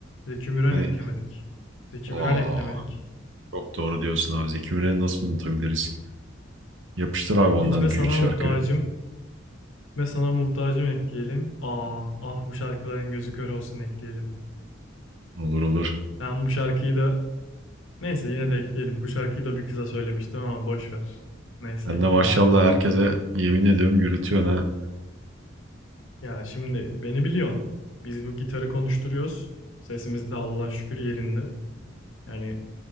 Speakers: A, on the left; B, on the right.
A: Zeki Müren
B: Hani
A: eklemedik. Zeki
B: aa,
A: Müren eklemedik.
B: çok doğru diyorsun abi. Zeki Müren'i nasıl unutabiliriz? Yapıştır abi ondan
A: Gitme
B: iki
A: sana
B: üç
A: muhtacım.
B: şarkı.
A: Gitme sana muhtacım ekleyelim. Aa, ah bu şarkıların gözü kör olsun ekleyelim.
B: Olur olur.
A: Ben bu şarkıyı da neyse yine de ekleyelim. Bu şarkıyı da bir kıza söylemiştim ama boş ver. Neyse
B: Ben
A: ekleyelim.
B: de maşallah herkese yemin ediyorum yürütüyorsun ha.
A: Ya şimdi beni biliyorsun. Biz bu gitarı konuşturuyoruz. Sesimiz de Allah'a şükür yerinde. Yani